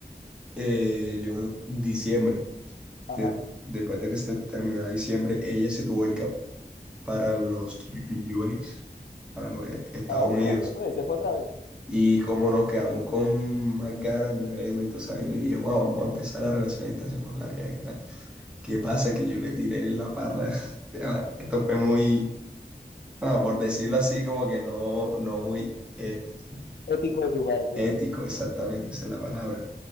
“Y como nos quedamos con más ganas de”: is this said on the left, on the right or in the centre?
Centre